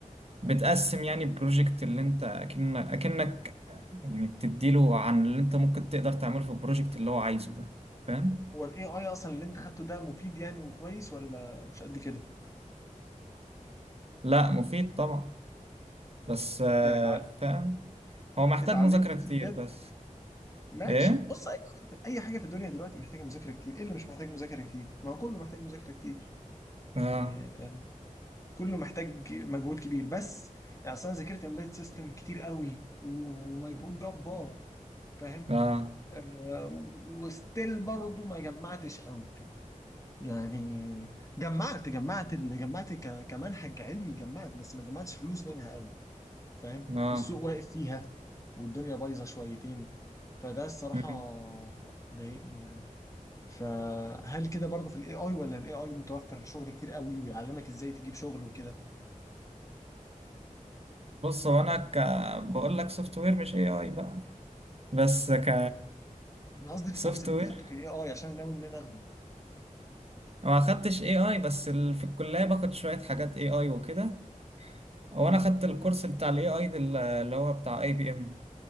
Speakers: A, on the right; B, on the left.
A: بتقسم يعني البروجكت اللي انت اكنك اكنك يعني بتديله عن اللي انت ممكن تقدر تعمله في البروجكت اللي هو عايزه ده فاهم
B: هو الاي اي اصلا اللي انت خدته ده مفيد يعني وكويس ولا مش قد كده
A: لا مفيد طبعا بس آه،
B: يعني اتعل-
A: فاهم هو محتاج
B: اتعلمت
A: مذاكرة
B: فيه
A: كتير
B: بجد
A: بس
B: ماشي
A: ايه
B: بص اي حاجه في أي حاجة في الدنيا دلوقتي محتاجه مذاكره كتير ايه اللي مش محتاج مذاكره كتير ما هو كله محتاج مذاكره كتير
A: اه
B: يعني كله محتاج مجهود كبير بس يعني أصل انا ذاكرت امبيد سيستم كتير قوي ومجهود جبار فاهم
A: اه
B: آه وستيل برضه ما جمعتش قوي يعني جمعت جمعت ال- جمعت ك- كمنهج علمي جمعت بس ما جمعتش فلوس منها قوي. فاهم
A: اه
B: السوق واقف فيها والدنيا بايظه شويتين فده الصراحه
A: مم.
B: ضايقني يعني فهل كده برضه في الاي اي ولا الاي اي متوفر شغل كتير قوي ويعلمك ازاي تجيب شغل وكده
A: بص هو انا ك... بقول لك سوفت وير مش اي اي بقى بس ك
B: انا قصدي في الكورس
A: سوفت
B: اللي
A: وير
B: انت خدته كان اي اي عشان ناوي ان انا اخده
A: ما خدتش اي اي بس ال... في الكلية باخد شوية حاجات اي اي وكده وانا
B: امم
A: خدت الكورس بتاع الاي اي اللي هو بتاع اي بي ام